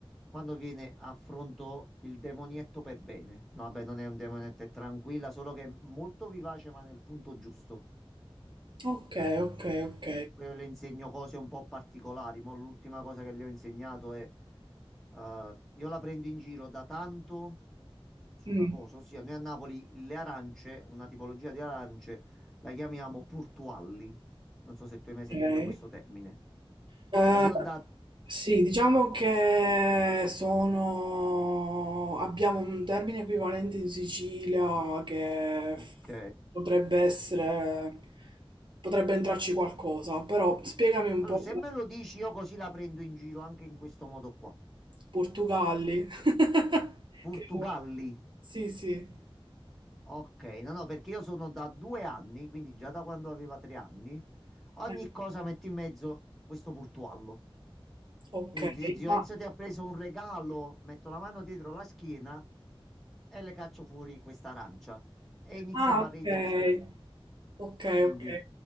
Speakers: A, in the centre; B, on the right.
A: quando viene affronto il demonietto per bene. No, vabbè, non è un demonietto, è tranquilla, solo che è molto vivace, ma nel punto giusto.
B: Ok, ok, ok.
A: Poi io le insegno cose un po' particolari, ma l'ultima cosa che le ho insegnato è, eh, io la prendo in giro da tanto su
B: Mm,
A: una cosa, ossia noi a Napoli le arance, una tipologia di arance, la chiamiamo purtualli. Non so se tu hai mai sentito
B: Ok.
A: questo termine.
B: Eh,
A: E io da...
B: sì, diciamo che sono... abbiamo un termine equivalente in Sicilia che
A: Ok.
B: f- potrebbe essere... potrebbe entrarci qualcosa, però spiegami un
A: Allora,
B: po'
A: se me lo dici, io così la prendo in giro anche in questo modo qua.
B: Portugalli.
A: Cioè,
B: <laughs>
A: Portugalli.
B: Che... Sì, sì.
A: Ok, no, no, perché io sono da due anni, quindi già da quando aveva tre anni. Ogni
B: Eh,
A: cosa mette in mezzo questo portuallo.
B: Ok,
A: Dico, "Zio- zio
B: ma...
A: Enzo ti ha preso un regalo, metto la mano dietro la schiena e le caccio fuori questa arancia. E iniziamo
B: Ah, ok.
A: a ridere e scherzare.
B: Ok,
A: Quindi,
B: ok.